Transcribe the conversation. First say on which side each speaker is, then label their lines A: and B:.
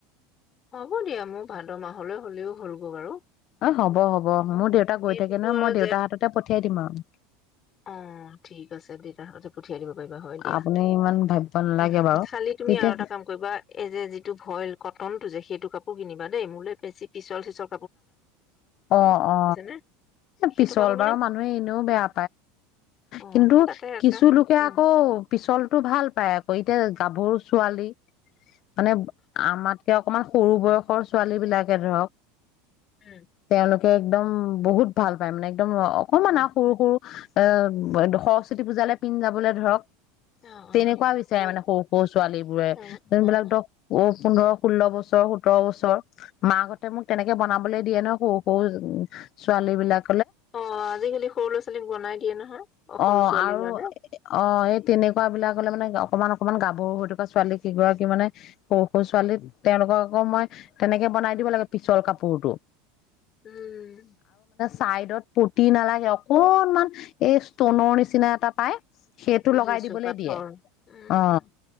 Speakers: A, on the left; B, on the left.
A: হ'ব দিয়া মোৰ ভাদ মাহলৈ হ'লেও হলগৈ বাৰু
B: অ হব হ'ব মোৰ দেউতাক গৈ
A: এইটোতো
B: থাকে ন
A: আৰু
B: মই দেউতাৰ
A: জেঠ
B: হাততে পঠিয়াই দিম আৰু
A: অ ঠিক আছে দিই। তাৰ হাততে পঠিয়া। কৰি লব পাৰিবা হয় দিয়া
B: আপুনি ইমান ভাবিব নালাগে
A: উম
B: বাৰু
A: খালি তুমি
B: তেতিয়া
A: আৰু এটা কাম কৰিবা এইজে যিটো ভইল কটনটো যে সেইটো কাপোৰ কিনিব। দেই মোলে বেছি পিছল চিছল
B: অ অ
A: নে? সেইটো
B: পিছল
A: কাপোৰ মানে
B: বাও মানুহে এনেও বেয়া।
A: অ
B: কিন্তু
A: নহয় তাতে এটা
B: কিছু লোকে
A: উম
B: আকৌ পিছলতটো ভাল পায় আকৌ তাই গাভৰু ছোৱালী। মানে আমাতকে অকণমান সৰু। বয়সৰ ছোৱালী বিলাকে ধৰক।
A: উম
B: তেওঁলোকে একদম বহুত ভাল পায় মানে। একদম অকণমান
A: উম
B: আ সৰু সৰু এ সৰস্বতী পূজালৈ পিন্ধ যাবলৈ ধৰক
A: অ অ
B: তেনেকুৱা বিচাৰে
A: হয়
B: মানে সৰু সৰু ছোৱালী বোৰে
A: অ
B: যোনবিলাক
A: অ
B: ধৰক অ পোন্ধৰ ষোল্ল বছৰ সোতৰ বছৰ মাকতে মোক তেনেকে বনাবলে দিয়ে ন সৰু সৰু ছোৱালী বিলাক
A: অ আজিকালি সৰু ল'ৰা ছোৱালীক বনাই দিয়ে নহয়। সৰু
B: অ
A: ছোৱালীৰ
B: আৰু
A: কাৰণে
B: অ এই তেনেকুৱা। বিলাকলে মানে অকনমান অকমান গাভৰু হৈ থকা ছোৱালী কেইগৰাকী মানে সৰু সৰু ছোৱালী তেওঁলোকক আকৌ মই তেনেকে বনাই দিব লাগে পিছল কাপোৰতো
A: উম
B: চাইডত পুতি নালাগে অকনমান এই ষ্টনৰ নিচিনা এটা পায়। সেইটো
A: বুজিছো
B: লগাই দিবলৈ
A: পাথৰ
B: দিয়ে
A: উম
B: অ